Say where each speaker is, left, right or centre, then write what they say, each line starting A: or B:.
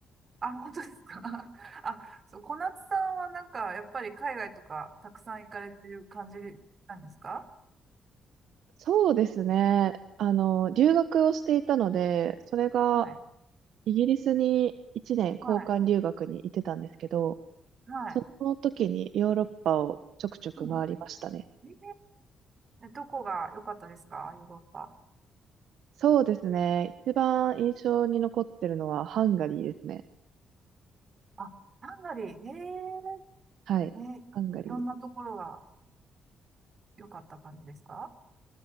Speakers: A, on the right; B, on the right.
A: あ、本当ですか。<laughs> あ、そう、小夏さんはなんか、やっぱり海外とかたくさん行かれてる感じなんですか
B: そうですね。あの、
A: うん
B: 留学をしていたので、それが、
A: はい。
B: イギリスに1年交換留学に行ってたんですけど、
A: はい。はい。
B: その時にヨーロッパをちょくちょく回りましたね。
A: うん。えーえ、どこが良かったですかヨーロッパ。
B: そうですね。一番印象に残ってるのはハンガリーですね。
A: あ、ハンガリー。え
B: はい。
A: ー、え、
B: ハンガリー。
A: いろんなところが良かった感じですか